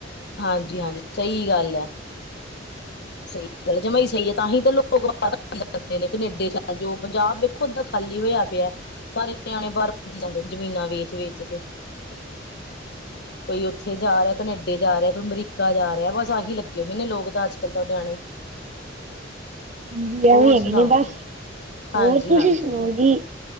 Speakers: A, on the left; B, on the right.
A: ਹਾਂਜੀ-ਹਾਂਜੀ, ਸਹੀ ਗੱਲ ਏ। ਸਹੀ ਗੱਲ, ਜਮਾ ਈ ਸਈ ਏ, ਤਾਂ ਹੀ ਤਾਂ ਲੋਕ <unintelligible> ਨੂੰ ਜਾਂਦੇ ਨੇ, ਕਨੇਡੇ ਚਲ ਜੋ। ਪੰਜਾਬ ਵੇਖੋ ਅੱਧਾ ਖਾਲੀ ਹੋਇਆ ਪਿਆ। ਸਾਰੇ ਨਿਆਣੇ ਬਾਹਰ ਭੱਜੀ ਜਾਂਦੇ ਨੇ, ਜ਼ਮੀਨਾਂ ਵੇਚ-ਵੇਚ ਕੇ। ਕੋਈ ਔਥੇ ਜਾ ਰਿਹਾ, ਕਨੇਡੇ ਜਾ ਰਿਹਾ, ਕੋਈ ਅਮਰੀਕਾ ਜਾ ਰਿਹਾ, ਬਸ ਆਹੀ ਲੱਗੇ ਹੋਏ ਨੇ ਲੋਕ ਤਾਂ ਅੱਜ ਕਦੋ ਨਿਆਣੇ।
B: ਹਾਂਜੀ ਐਵੇਂ
A: ਹੋਰ ਸੁਣਾਓ
B: ਹੈਗੇ ਨੇ
A: ਜੀ?
B: ਬਸ
A: ਹਾਂਜੀ-ਹਾਂਜੀ,
B: ਹੋਰ ਤੁਸੀਂ ਸੁਣਾਓ ਜੀ?